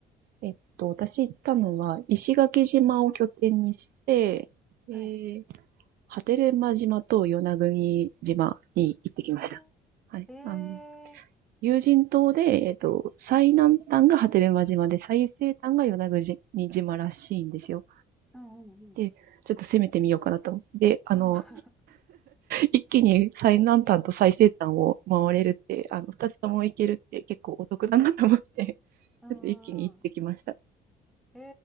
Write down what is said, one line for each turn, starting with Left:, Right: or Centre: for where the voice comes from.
Right: えっと、私行ったのは、石垣島を拠点にして、で
Centre: はい。
Right: 波照間島と与那国島に行ってきました。
Centre: お
Right: はい。
Centre: ー、
Right: あの、
Centre: ええ
Right: 有人島で、えっと、最南端が波照間島で、最西端が与那国島らしいんですよ。
Centre: はいうんうんうん。
Right: で、ちょっと攻めてみようかなと思って。で、あの、
Centre: うん
Right: 一気に最南端と最西端を回れるって、あの、二つとも行けるって結構お得だなと思って、
Centre: <laughs>
Right: <laughs>
Centre: うんうん。
Right: ちょっと一気に行ってきました。
Centre: え